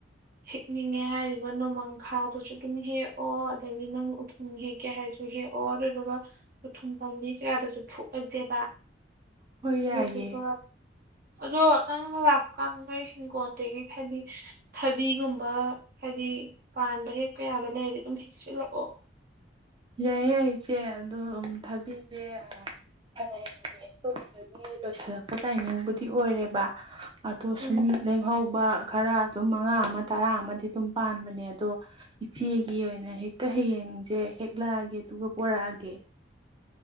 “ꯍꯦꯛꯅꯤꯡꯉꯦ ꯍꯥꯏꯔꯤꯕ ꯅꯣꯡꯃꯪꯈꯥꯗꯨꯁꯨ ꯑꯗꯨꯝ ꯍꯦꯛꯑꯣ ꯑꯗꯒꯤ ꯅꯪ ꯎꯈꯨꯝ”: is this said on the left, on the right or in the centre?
Right